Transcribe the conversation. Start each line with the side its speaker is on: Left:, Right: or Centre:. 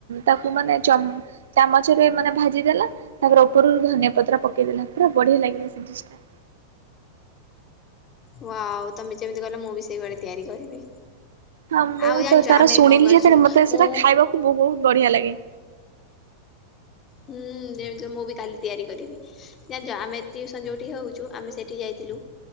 Right: ତାକୁ ମାନେ ଚମ୍ ଚାମଚରେ ମାନେ ଭା ଜି ଦେଲା ତାପରେ ଉପରୁ ଧନିଆ ପତ୍ର ପେକେଇଦେଲା ପୁରା ବଢିଆ ଲାଗିଲା ସେ ଡିସ୍ ଟା।
Left: ୱାଓ ତମେ ଯେମିତି କଲ ମୁଁ ବି ସେଇଭଳିଆ ତିଆରି କରିବି।
Right: ହଁ ମୁଁ
Left: ଆଉ ଜାଣିଛ
Right: ତ ତାର
Left: ଆମେ
Right: ଶୁଣିଲି
Left: କଣ କରିଛୁ
Right: ଯେତେବେଳେ ମତେ
Left: ମୁଁ
Right: ସେଟା ଖାଇବାକୁ ବହୁତ ବଢିଆ ଲାଗେ।
Left: ହୁଁ ଯେମିତି ହଉ ମୁଁ ବି କାଲି ତିଆରି କରିବି। ଜାଣିଚ ଆମେ ଟିଉସନ୍ ଯୋଉଠି ହଉଛୁ ଆମେ ସେଇଠି ଯାଇଥିଲୁ